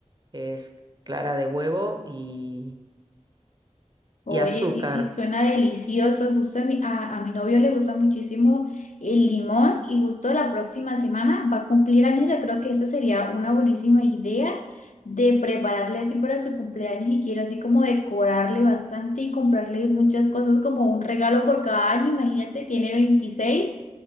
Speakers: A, on the right; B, on the left.
A: que es clara de huevo y
B: Oye,
A: y azúcar.
B: sí, sí, suena delicioso. Justo a mi, a, a mi novio le gusta muchísimo el limón y justo la próxima semana va a cumplir años. Yo creo que eso sería una buenísima idea de prepararle así para su cumpleaños y quiero así como decorarle bastante y comprarle muchas cosas como un regalo por cada año. Imagínate, tiene veintiséis